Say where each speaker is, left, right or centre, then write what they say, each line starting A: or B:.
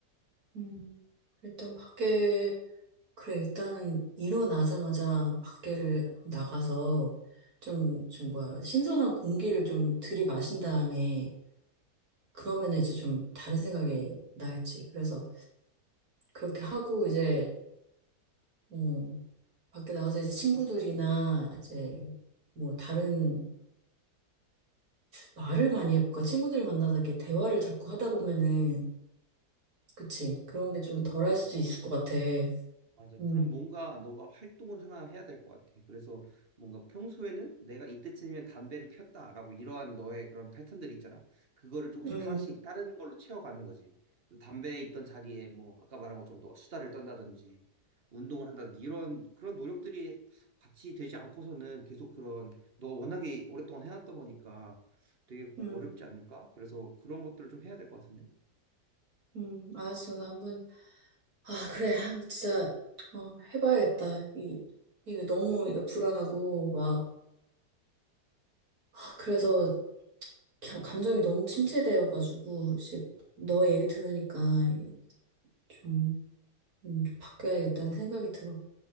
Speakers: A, on the right; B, on the right.
A: 음, 일단 밖에, 그래, 일단 일어나자마자 밖에를 나가서 좀, 좀 뭐야, 신선한 공기를 좀 들이마신 다음에 그러면 이제 좀 다른 생각이 나겠지. 그래서 그렇게 하고 이제, 음, 밖에 나가서 이제 친구들이나 이제 뭐 다른 말을 많이 해볼까? 친구들 만나서 이렇게 대화를 자꾸 하다 보면은, 그치. 그런 게 좀 덜할
B: 그렇지.
A: 수도 있을 것 같아.
B: 맞아.
A: 음,
B: 그럼 뭔가 너가 활동을 하나 해야 될 것 같아. 그래서 뭔가 평소에는 내가 이때쯤이면 담배를 폈다라고 이러한 너의 그런 패턴들 있잖아. 그거를 조금씩
A: 음,
B: 하나씩 다른 걸로 채워가는 거지. 그래서 담배에 있던 자리에 뭐 아까 말한 것처럼 너가 수다를 떤다든지 운동을 한다든지 이런 그런 노력들이 같이 되지 않고서는 계속 그런 너가 워낙에 오랫동안 해왔던 거니까 되게
A: 음.
B: 어렵지 않을까? 그래서 그런 것들을 좀 해야 될 것 같은데.
A: 음, 알았어. 나 한번 아, 그래. 아, 진짜, 어, 해봐야겠다. 이, 이게 너무, 이게 불안하고, 막, 아, 그래서 겨- 감정이 너무 침체되어가지고, 씨, 너 얘기 들으니까 이- 좀, 음, 좀 바뀌어야겠다는 생각이 들어.